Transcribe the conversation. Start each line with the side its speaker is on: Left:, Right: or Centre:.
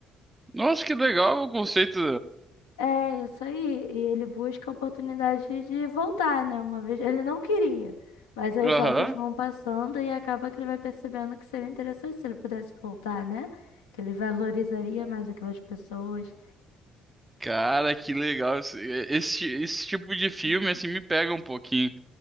Right: Nossa, que legal o conceito.
Left: É isso aí. E ele busca a oportunidade de voltar, né? Uma vez ele não queria, mas aí
Right: Aham.
Left: os jogos vão passando e acaba que ele vai percebendo que seria interessante se ele pudesse voltar, né? Que ele valorizaria mais aquelas pessoas.
Right: Cara, que legal. Esse, esse, esse tipo de filme, assim, me pega um pouquinho.